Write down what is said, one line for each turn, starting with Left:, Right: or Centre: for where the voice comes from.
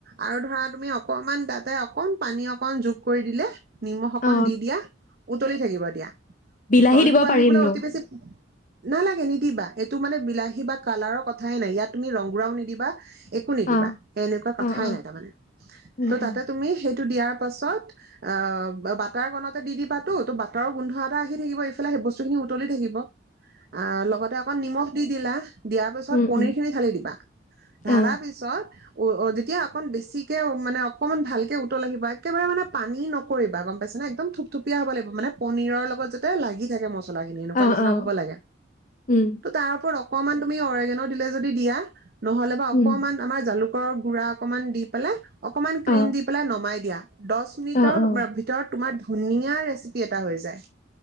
Right: আৰু ধৰা তুমি অ অকণমান তাতেই অকণ পানী অকন যোগ কৰি দিলে নিমখ অকণ
Left: অ
Right: দি দিয়া। উতলি থাকিব দিয়া।
Left: বিলাহী
Right: উতলটো
Left: দিব
Right: আহিবলৈ
Left: পাৰিমনো
Right: অতি বেছি নালাগে নিদিবা এইটো মানে বিলাহী বা কালাৰৰ কথায়ে নাই, ইয়াত তুমি ৰংগুৰাও নিদিবা। একো নিদিবা
Left: অ
Right: এনেকুৱা কথাই
Left: অ অ
Right: নাই তাৰমানে
Left: উম
Right: ত' তাতে
Left: উম
Right: তুমি সেই টো দিয়াৰ পাছত অ বাটাৰ কনতে দি দিবা টো ত বাটাৰৰ গোন্ধ এটা আহি থাকিব এইফালে সেই বস্তু খিনি উতলি থাকিব। অ' লগতে নিমখ দি দিলা। দিয়াৰ পিছত
Left: উম
Right: পনীৰ
Left: উম
Right: খিনি ঢালি দিবা, ঢালাৰ
Left: অ
Right: পিছত <unintelligible> যেতিয়া অকণ বেছিকে মানে অকণমান ভালকে উতল আহিব একেবাৰে মানে পানী নকৰিবা গম পাইছেনেে একদম থুপথুপীয়া হ'ব লাগিব মানে পনীৰৰ লগত যাতে লাগি থাকে মছলা <unintelligible> লা খিনি এনেকুৱা
Left: অ
Right: নিচিনা
Left: অ
Right: হ'ব লাগে।
Left: উম
Right: তাৰ ওপৰত অকমান তুমি অৰিগেন'দিলে যদি দিয়া। নহ'লে বা অকমান
Left: উম
Right: আমাৰ জালুকৰ খুৰা অকনমান দি পেলাই অকমান ক্ৰীম
Left: অ
Right: দি পেলাই নমাই দিয়া। দহ মিনিটৰ
Left: অ অ
Right: ভিতৰত তোমাৰ। ধুনীয়া ৰেচিপি এটা হৈ যায়।